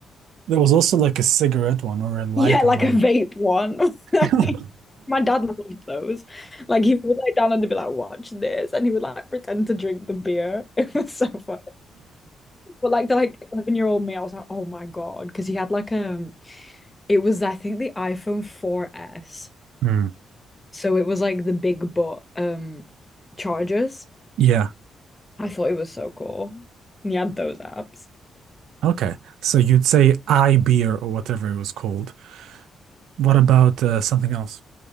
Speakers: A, on the right; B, on the left.
A: There was also like a cigarette one or a lighter
B: Yeah, like
A: one.
B: a vape one.
A: <laughs>
B: <laughs> My dad loved those. Like he would lay down and be like, watch this. And he would like pretend to drink the beer. <laughs> It was so funny. But like the like 11 year old me, I was like, oh my God. Because he had like um it was I think the iPhone four S,
A: Hmm.
B: So it was like the big butt um chargers.
A: Yeah.
B: I thought it was so cool. And he had those apps.
A: Okay. So you'd say I beer or whatever it was called. What about uh, something else?